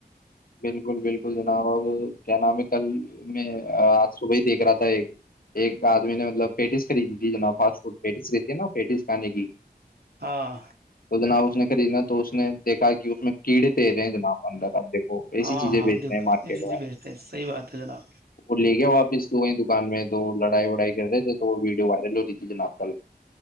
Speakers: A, on the left (about 60°); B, on the right (about 70°).
A: بالکل بالکل جناب آ کیا نام ہے کل میں آج صبح ہی دیکھ رہا تھا ایک آدمی نے مطلب پیٹیس خریدتی ج فسٹ فڈ پس لیتی ہے نا پیس کھے کی
B: ہاں
A: تو جنا نے خریدنا تو اس نے دیکھا کہ اس میں کیڑے تییر ہیں جناب اندر آپ دیکھ وہ
B: ہاں
A: ایسی چیزیں
B: ہاں
A: بیچتے
B: آپ دیکھو
A: ہیں مارکیٹ
B: ایسی چیز
A: میں
B: بھیجتے ہیں صحیح بات ہے جناب
A: وہ لے گیا واپس تو وہیں دکان میں تو لڑائی وڑائی کر رہے تھے تو وہ ویڈیو وائرل ہو رہی تھی جناب کل